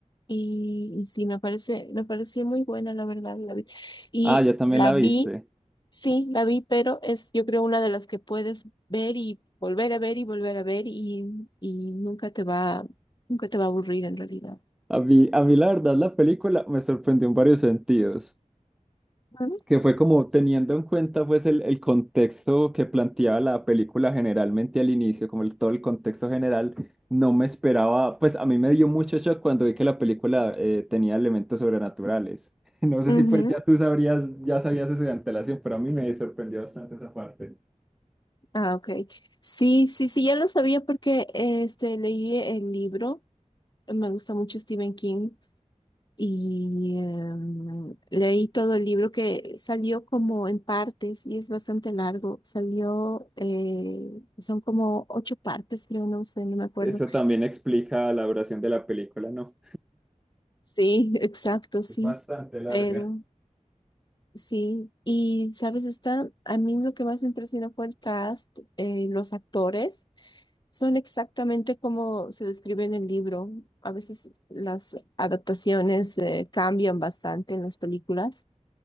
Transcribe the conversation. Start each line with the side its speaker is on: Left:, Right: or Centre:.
Left: Y, y sí, me parece, me pareció muy buena, la verdad, la vi. Y
Centre: Ah, ya también
Left: la
Centre: la
Left: vi,
Centre: viste.
Left: sí, la vi, pero es, yo creo, una de las que puedes ver y volver a ver y volver a ver y, y nunca te va, nunca te va a aburrir en realidad.
Centre: A mí, a mí la verdad la película me sorprendió en varios sentidos.
Left: Ujú.
Centre: que fue como teniendo en cuenta pues el, el contexto que planteaba la película generalmente al inicio, como el- todo el contexto general, no me esperaba, pues a mí me dio mucho shock cuando vi que la película eh, tenía elementos sobrenaturales. <laughs> No sé
Left: Ujú.
Centre: si pues ya tú sabrías, ya sabías eso de antelación, pero a mí me sorprendió bastante esa parte.
Left: Ah, ok. Sí, sí, sí, ya lo sabía porque este, leí el libro, me gusta mucho Stephen King y em, leí todo el libro que salió como en partes y es bastante largo, salió, eh, son como ocho partes, creo, no sé, no me acuerdo.
Centre: Eso también explica la duración de la película, ¿no?
Left: Sí, <laughs> exacto, sí,
Centre: Es bastante larga.
Left: pero... Sí, y sabes, está, a mí lo que más me impresionó fue el cast, eh, los actores son exactamente como se describe en el libro. A veces las adaptaciones, eh, cambian bastante en las películas,